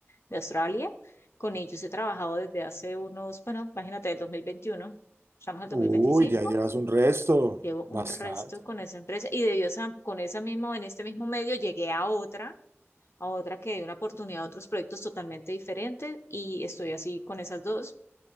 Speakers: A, on the left (about 65°); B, on the right (about 60°).
A: de Australia. Con ellos he trabajado desde hace unos, bueno, imagínate, del dos mil veintiuno estamos al dos
B: Uy,
A: mil veinticinco
B: ya llevas un resto.
A: llevo un
B: Bastante.
A: resto con esa empresa y de ellos con esa misma, en este mismo medio llegué a otra, a otra que dio una oportunidad a otros proyectos totalmente diferentes y estoy así con esas dos